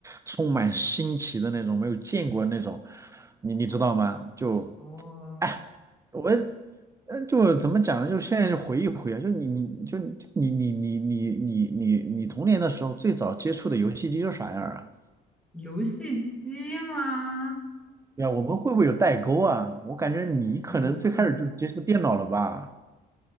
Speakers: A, on the right; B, in the centre.
A: 充满新奇的那种，没有见过那种，你你知道吗？就，
B: 哦，
A: 哎，我，嗯，就怎么讲呢？就现在就回忆回啊，就你你就你你你你你你你童年的时候最早接触的游戏机是啥样啊？
B: 游戏机吗？
A: 对啊，我们会不会有代沟啊？我感觉你可能最开始就接触电脑了吧？
B: 有可能。